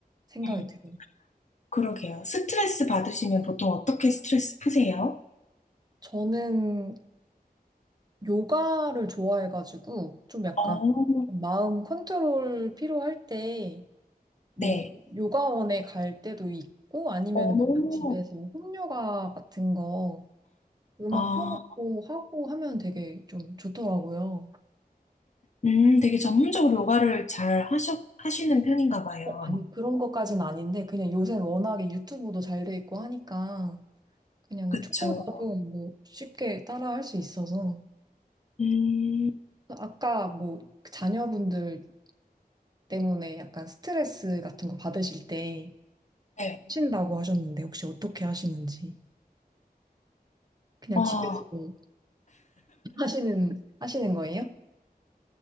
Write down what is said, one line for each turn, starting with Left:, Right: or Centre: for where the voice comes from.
Right: 생각이
Left: 음.
Right: 들어요.
Left: 그러게요. 스트레스 받으시면 보통 어떻게 스트레스 푸세요?
Right: 저는 요가를 좋아해가지고 좀 약간
Left: 어,
Right: 마음 컨트롤 필요할 때 뭐
Left: 네.
Right: 요가원에 갈 때도 있고 아니면
Left: 어,
Right: 그냥 집에서 홈요가 같은 거 음악
Left: 아,
Right: 켜놓고 하고 하면 되게 좀 좋더라고요.
Left: 음, 되게 전문적으로 요가를 잘 하셔, 하시는 편인가 봐요.
Right: 어, 아니 그런 것까진 아닌데 그냥 요새 워낙에 유튜브도 잘 돼 있고 하니까 그냥
Left: 그쵸.
Right: 초보자도 뭐 쉽게 따라 할 수 있어서
Left: 음,
Right: 아까 뭐 그 자녀분들 때문에 약간 스트레스 같은 거 받으실 때
Left: 네.
Right: 하신다고 하셨는데 혹시 어떻게 하시는지 그냥
Left: 어,
Right: 집에서 뭐 <laughs> 하시는 하시는 거예요?